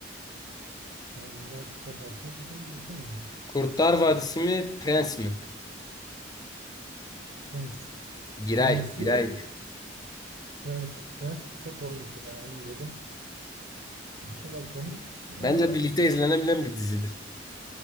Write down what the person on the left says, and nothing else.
Kurtlar Vadisi mi, Prens mi?
Giray,
Giray.
Bence
birlikte izlenebilen bir dizidir.